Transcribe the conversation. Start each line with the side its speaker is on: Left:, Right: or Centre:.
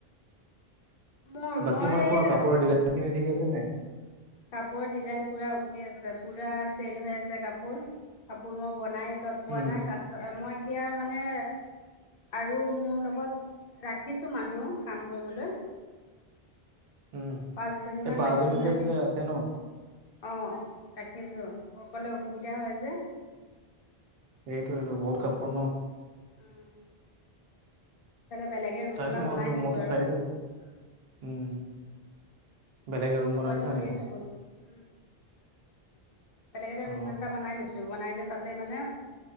Left: মোৰ
Right: বাকী
Left: মই
Right: তোমাৰ কোৱা কাপোৰৰ ডিজাইন খিনি ঠিকে আছে নে নাই?
Left: কাপোৰৰ ডিজাইন পূৰা অকে আছে, পুৰা চেল হৈ আছে কাপোৰ, কাপোৰ মই বনাই তত পোৱা
Right: উম
Left: নাই কাচ মই এতিয়া মানে। আৰু মোৰ লগত ৰাখিছোঁ মানুহ কাম কৰিবলৈ।
Right: উম
Left: পাঁচজনীমান
Right: এই বা
Left: মাইকী
Right: জনী
Left: মানুহ
Right: যে
Left: ৰাখিছোঁ
Right: আছিলে আছে ন
Left: অ', ৰাখিছোঁ। অকলে অসুবিধা হয় যে।
Right: এইটোৱেটো বহুত কাপোৰ ন।
Left: উম, বেলেগে। ৰুম
Right: চাইছোঁ
Left: এটা
Right: মই
Left: বনাই লৈছোঁ
Right: মইতো
Left: আৰু
Right: চাইয়ে থাকোঁ উম। বেলেগে
Left: মই
Right: ৰুম
Left: মোবাইলত
Right: বনাই থৈছা
Left: দিয়ে
Right: নেকি?
Left: উম, বেলেগ এটা
Right: অ
Left: ৰুম এটা বনাই লৈছোঁ, বনাই লৈ তাতে মানে